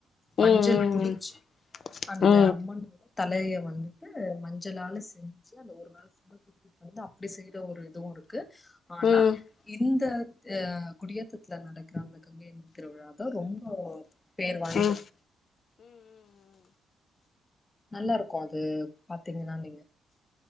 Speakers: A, on the left; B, on the left.
A: மஞ்சள்
B: ம் ம்
A: புடிச்சு
B: ம்
A: அந்த
B: ம் ம் ம்
A: அம்மனோட தலைய வந்துட்டு மஞ்சளால செஞ்சு அந்த ஒரு நாள் ஃபுல்லா தூக்கிட்டு வந்து அப்டி செய்யற ஒரு இதுவு இருக்கு ஆனா
B: ம் ம் ம் ம் ம் ம் ம்
A: இந்த ஹ் குடியேத்தத்துல நடக்கிற அந்த கங்கையம்மன் திருவிழாதா ரொம்ப பேர் வாய்ந்தது
B: ம் ம்
A: நல்லா இருக்கோ அது பாத்தீங்கன்னா நீங்க